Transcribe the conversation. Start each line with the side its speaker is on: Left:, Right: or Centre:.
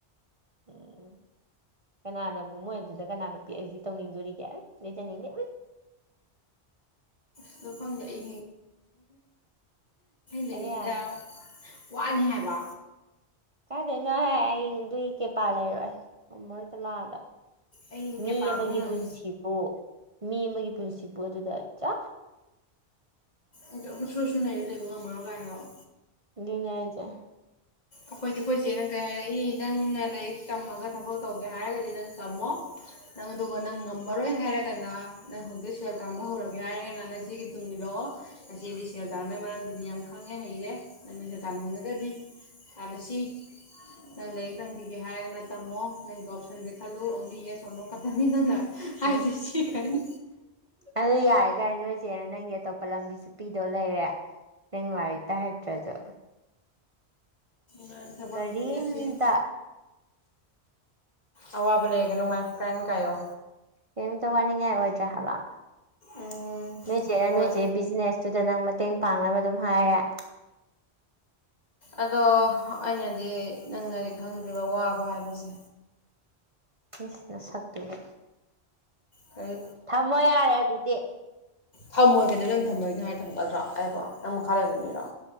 Right: ꯎꯝ ꯀꯅꯥꯅꯕꯨ ꯃꯣꯏ ꯑꯗꯨꯗ ꯀꯅꯥꯅ ꯄꯤ ꯑꯩꯁ ꯗꯤ ꯇꯧꯅꯤꯡꯗꯣꯔꯤꯒꯦ ꯂꯩꯖꯅꯤꯡꯗꯦ ꯎꯝ꯫
Left: ꯑꯗꯨ ꯈꯪꯗꯦ <unintelligible> ꯑꯩ ꯂꯩꯅꯤꯡꯗꯦ
Right: ꯍꯥꯏꯔꯦ
Left: ꯍꯥꯏꯕ꯫ ꯋꯥꯅꯤ ꯍꯥꯏꯕ
Right: ꯀꯥꯏꯗꯩꯅꯣꯍꯦ ꯑꯩ ꯑꯗꯨꯏ ꯀꯦꯄꯥ ꯂꯩꯔꯣꯏ ꯉꯝꯃꯔꯣꯏ ꯆꯠꯂꯣ ꯑꯥꯗ꯫
Left: ꯑꯩ
Right: ꯃꯤ
Left: ꯀꯦꯄꯥꯕꯨ
Right: ꯑꯃꯒꯤ
Left: ꯉꯝ
Right: ꯄꯨꯟꯁꯤ ꯕꯨ ꯃꯤ ꯑꯃꯒꯤ ꯄꯨꯟꯁꯤꯕꯨ ꯑꯗꯨꯗ ꯑꯠꯆꯥ
Left: ꯑꯗꯨꯝ ꯁ꯭ꯔꯨ ꯁ꯭ꯔꯨ ꯅꯥꯏꯔ ꯂꯩꯕ ꯉꯥꯝꯃꯔꯣ ꯀꯍꯥꯏꯌꫭ꯫
Right: ꯗꯨꯅꯦ ꯍꯥꯏꯖꯦ
Left: ꯑꯈꯣꯏꯗꯤ ꯑꯈꯣꯏ ꯆꯦꯅ ꯀꯔꯤ ꯍꯥꯏꯔꯛꯏ ꯅꯪꯅ ꯂꯥꯏꯔꯤꯛ ꯇꯝꯃꯒ ꯊꯕꯛ ꯇꯧꯒꯦ ꯍꯥꯏꯔꯒꯗꯤ ꯅꯪ ꯇꯥꯝꯃꯣ꯫ ꯅꯪ ꯑꯗꯨꯒ ꯅꯪ ꯉꯝꯃꯔꯣꯏ ꯍꯥꯏꯔꯒꯅ ꯅꯪ ꯍꯧꯖꯤꯛ ꯁꯦꯜ ꯇꯥꯟꯕ ꯍꯧꯔꯒꯦ ꯍꯥꯏꯔꯒꯅ ꯅꯆꯦꯒꯤ ꯇꯨꯡ ꯏꯜꯂꯛꯑꯣ꯫ ꯅꯆꯦꯗꯤ ꯁꯦꯜ ꯇꯥꯟꯕꯩ ꯃꯔꯝꯗꯗꯤ ꯌꯥꯝ ꯈꯪꯉꯦ ꯍꯩꯔꯦ ꯅꯪꯅ ꯁꯦꯜ ꯇꯥꯟꯅꯤꯡꯉꯒꯗꯤ ꯇꯥꯜꯂꯁꯤ ꯅꯪ ꯂꯥꯏꯔꯤꯛ ꯇꯝꯒꯤꯒꯦ ꯍꯥꯏꯔꯒꯅ ꯇꯝꯃꯣ ꯅꯪ ꯖꯣꯞꯁꯔꯕꯤꯁ ꯈꯜꯂꯨ ꯑꯣꯡꯂꯤ ꯌꯦꯁ ꯑꯣꯔ ꯅꯣ ꯈꯛꯇꯅꯤ ꯅꯪꯅ ꯍꯥꯏꯗꯨꯏꯁꯤꯀꯥꯏꯅ
Right: ꯎꯝ ꯑꯗꯨ ꯌꯥꯔꯦ ꯀꯩꯅꯣ ꯅꯣꯏ ꯆꯦꯅ ꯅꯪꯒꯤ ꯑꯇꯣꯞꯄ ꯂꯝꯕꯤꯁꯨ ꯄꯤꯗꯧ ꯂꯩꯔꯦ꯫ ꯅꯪ ꯂꯥꯏꯔꯤꯛꯇ ꯍꯩꯇ꯭ꯔꯖꯨ
Left: ꯅꯪ ꯊꯕꯛ
Right: ꯀꯔꯤꯝꯇ
Left: ꯉꯁꯤꯅꯤ ꯑꯋꯥꯕ ꯂꯩꯔꯒꯅꯨ ꯃꯥꯏ ꯐ꯭ꯔꯦꯟ ꯀꯥꯏꯌꯣ꯫
Right: ꯀꯩꯝꯇ ꯋꯥꯅꯤꯡꯉꯥꯏ ꯑꯣꯏꯗ꯭ꯔꯦ ꯍꯥꯏꯕꯥ
Left: ꯎꯝ
Right: ꯅꯣꯏꯆꯦꯅ
Left: ꯍꯣꯏ
Right: ꯅꯣꯏꯆꯦ ꯕꯤꯖꯤꯅꯦꯁꯇꯨꯗ ꯅꯪ ꯃꯇꯦꯡ ꯄꯥꯡꯅꯕ ꯑꯗꯨꯝ ꯍꯥꯏꯔꯦ꯫
Left: ꯑꯗꯣ ꯑꯩꯅꯗꯤ ꯅꯪꯅꯗꯤ ꯈꯪꯗ꯭ꯔꯤꯕ ꯋꯥꯕ ꯍꯥꯏꯕꯁꯦ
Right: ꯏꯁ ꯅꯁꯥꯛꯇꯨꯒ
Left: ꯀꯔꯤ
Right: ꯊꯥꯝꯃꯣ ꯌꯥꯔꯦ ꯑꯗꯨꯗꯤ
Left: ꯊꯥꯝꯃꯣꯏ ꯀꯩꯗꯧ ꯅꯪ ꯊꯝꯃꯣ ꯍꯦꯛꯇ ꯍꯥꯏꯔꯅ ꯊꯝꯒꯗ꯭ꯔꯣ ꯑꯩꯕꯣ ꯅꯪ ꯃꯈꯥ ꯂꯩꯕ ꯃꯤꯔꯣ